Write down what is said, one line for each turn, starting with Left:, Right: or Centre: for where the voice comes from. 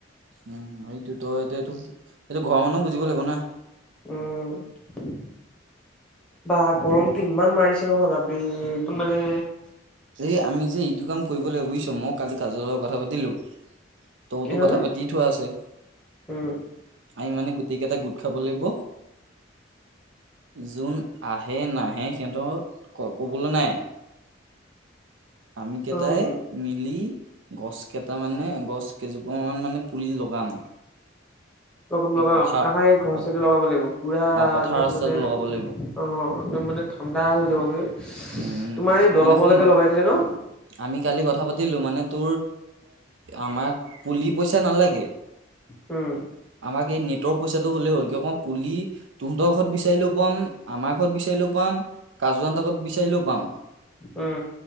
Right: উম এইটোত এতিয়া থুপ এইটো ঘৰ মানুহ বুজিব লাগিব না।
Centre: উম। বা গৰমটো ইমান মাৰিছে নহয় বাপৰে একদম মানে
Right: এই আমি যে এইটো কাম কৰিব লাগিব বুজিছ মই কালি কাজ লগত কথা পাতিলো। তৌতো
Centre: হা
Right: কথা পাতি থোৱা আছে,
Centre: উম
Right: আমি মানে গোটেই কেইটা গোট খাব লাগিব। যোন আহে নাহে সিহঁতক ক'বলে নাই। আমি কেইটাই
Centre: উম
Right: মিলি গছ কেইটা মানে গছ কেইজোপামান মানে পুলি লগাম।
Centre: লগাম লগাম
Right: এই পথাৰ
Centre: আমাৰ এই ঘৰ
Right: পথ-
Centre: ওচৰতে লগাব লাগিব পুৰা
Right: অ পথাৰ
Centre: একদম
Right: ৰাস্তাটো
Centre: মানে
Right: লগাব
Centre: অ
Right: লাগিব
Centre: একদম মানে ঠাণ্ডা হৈ বে
Right: উম উম
Centre: তোমাৰ এই দলংলৈকে
Right: মানে শুন
Centre: লগাই দিলে ন।
Right: আমি কালি কথা পাতিলো মানে তোৰ আমাক পুলি পইচা নালাগ
Centre: উম।
Right: আমাক এই নেটৰ পইচাটো হ'লেই হ'ল কি কম পুলি তহঁতৰ ঘৰত বিচাৰিলো পম আমাৰ ঘৰত বিচাৰিলো পাম কাজুহনত ঘৰত বিচাৰিলেও পাম।
Centre: উম